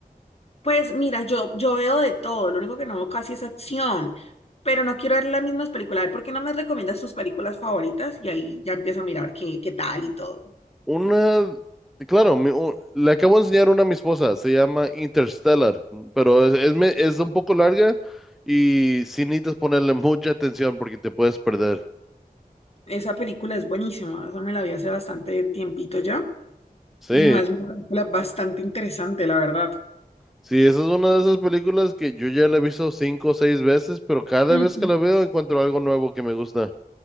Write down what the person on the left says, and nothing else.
Pues mira, yo, yo veo de todo. Lo único que no veo casi es acción. Pero no quiero ver las mismas películas. A ver, ¿Por qué no me recomiendas tus películas favoritas? Y ahí ya empiezo a mirar qué, qué tal y todo.
Esa película es buenísima. Esa me la vi hace bastante tiempito ya.
Y se me hace una película bastante interesante, la verdad.
Ujú.